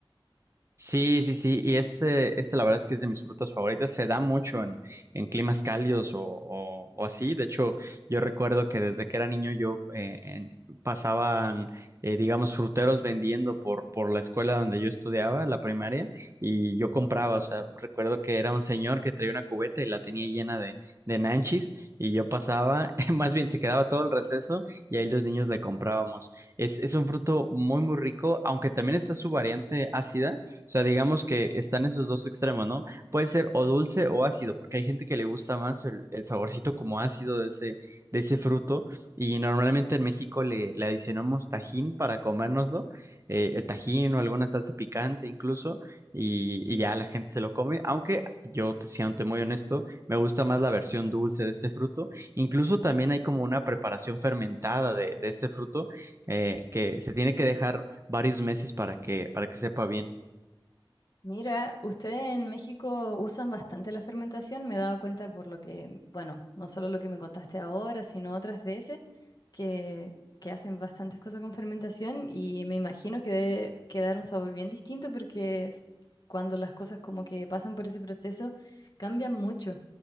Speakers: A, on the right; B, on the left.
A: Sí, sí, sí, y este, este la verdad es que es de mis frutas favoritas, se da mucho en, en climas cálidos o, o- o así, de hecho yo recuerdo que desde que era niño yo eh, en- pasaban, eh, digamos, fruteros vendiendo por, por la escuela donde yo estudiaba, la primaria, y yo compraba, o sea, recuerdo que era un señor que traía una cubeta y la tenía llena de, de nanchis y yo pasaba, <laughs> más bien se quedaba todo el receso y ahí los niños le comprábamos. Es, es un fruto muy, muy rico, aunque también está su variante ácida sea, digamos que están esos dos extremos, ¿no? Puede ser o dulce o ácido, porque hay gente que le gusta más el, el saborcito como ácido de ese, de ese fruto. Y normalmente en México le, le adicionamos tajín para comérnoslo, eh, eh, tajín o alguna salsa picante incluso, y, y ya la gente se lo come. Aunque yo, te- siendo muy honesto, me gusta más la versión dulce de este fruto. Incluso también hay como una preparación fermentada de, de este fruto eh, que se tiene que dejar varios meses para que, para que sepa bien.
B: Mira, ustedes en México usan bastante la fermentación, me he dado cuenta por lo que, bueno, no solo lo que me contaste ahora, sino otras veces que, que hacen bastantes cosas con fermentación y me imagino que debe quedar un sabor bien distinto porque es cuando las cosas como que pasan por ese proceso cambian mucho.